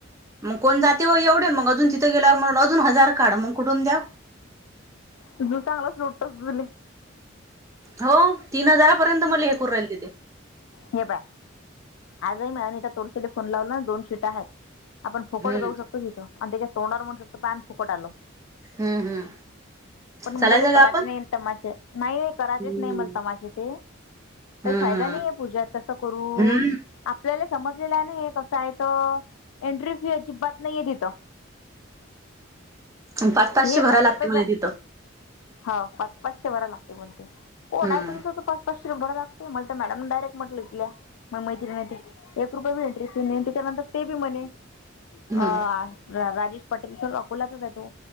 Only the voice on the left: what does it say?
तु तु चांगला लटोस तुले.
हे पाय. आजही मलानीता तोरसेडे फोन लावलं. दोन शीट आहेत. <unintelligible> आपण फुकट
जाऊ शकतो तिथं. आणि त्याच्या तोंडवर म्हणू शकतो. पाय आम्ही फुकट आलो.
पण मला
ते करायचे
नाही तमाशे. नाही नाही करायचेच
नाही. मला तमाशे ते. काही
फायदा नाहीय पूजा तसं करून.
आपल्याला समजलेला नाहीय कसा आहे तो एंट्री फी अजिबात नाहीय तिथं.
हे
फक्त
जा
हा पाच पाचशे भराय लागतय म्हणते. कोण
आहे तुमच तर पाच पाचश रुप भराय लागतय मला मॅडम डयरेक्टलं म्हटल्या. हा मैत्रीणाय ते एक रुपये बी एंट्रीे फी नाही ते त्याच्यानंतर ते बी म्हणे.
अ राजेश पटेल स अकोल्याचाच आहे तो.